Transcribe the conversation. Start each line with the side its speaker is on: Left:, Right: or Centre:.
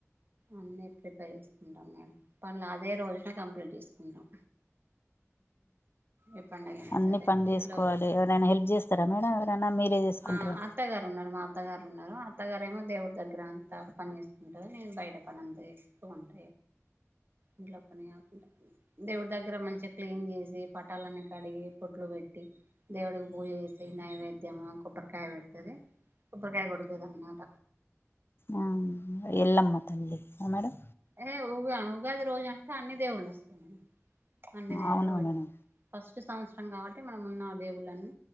Right: అన్నీ ప్రిపేర్ చేసుకుంటాం మేడం పనులు అదే రోజున కంప్లీట్ చేసుకుంటాం ఏ పండగైనా
Left: అన్నీ
Right: సరే
Left: పని చేసుకోవాలి
Right: ఇంట్లో
Left: ఎవరైనా హెల్ప్ చేస్తారా మేడం ఎవరైనా మీరే చేసుకుంటారా
Right: ఆ అత్తగారు మా అత్తగారు ఉన్నారు అత్తగారుేమో దేవుడి దగ్గర అంత పని చేసుకుంటారు నేను బయట పని అంత చేస్త ంట ఇంట్లో పని కాకుండా దేవుడి దగ్గర మంచిగా క్లీన్ చేసి పటాలన్నీ కడిగి పొట్లు పెట్టి దేవుడికి పూజ చేసి నైవేద్యము కొబ్బరికాయ పెడుతుది కొబ్బరికాయ కొడుతుది అన్నమాట
Left: ఆ ఎల్లమ్మ తల్లి ఆ మేడం
Right: ఏ ఉగాది రోజు అంటే అన్ని దేవుళ్ళ వస్తాయి మ అన్ని దేవుగా
Left: అవునా
Right: పెట్టి
Left: మేడం
Right: ఫస్ట్ సంవత్సరం కాబట్టి మనం ఉన్న ఆ బేబులన్నీ